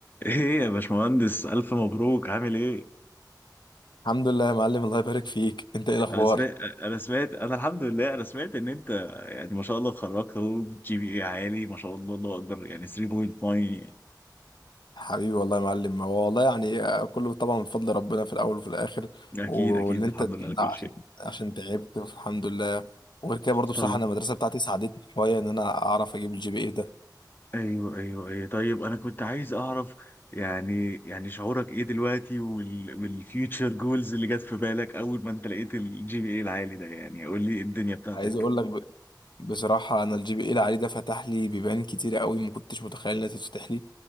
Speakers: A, on the left; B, on the left.
A: ايه يا باشمهندس الف مبروك عامل ايه
B: الحمد لله يا معلم الله يبارك فيك انت ايه الاخبار
A: انا سمعت انا سمعت انا الحمد لله انا سمعت ان انت يعني ما شاء الله اتخرجت اهو جي بي اي عالي ما شاء الله الله اكبر يعني 3.9
B: حبيبي والله يا معلم هو والله يعني آه، كله طبعا من فضل ربنا في الاول وفي الاخر
A: اكيد
B: واللي
A: اكيد
B: انت
A: الحمد لله على كل
B: عشان
A: شيء
B: عشان تعبت الحمد لله وغير كده برضو
A: طيب
B: بصراحه انا المدرسه بتاعتي ساعدتني شويه ان انا اعرف اجيب الجي بي اي ده
A: ايوه ايوه ايوه طيب انا كنت عايز اعرف يعني يعني شعورك ايه دلوقتي وال والفيوتشر جولز اللي جت في بالك اول ما انت لقيت الجي بي اي العالي ده يعني قول لي إيه الدنيا بتاعتك
B: عايز اقول لك بصراحة أنا الجي بي إيه اللي عليه ده فتح لي بيبان كتير قوي ما كنتش متخيل إنها تتفتح لي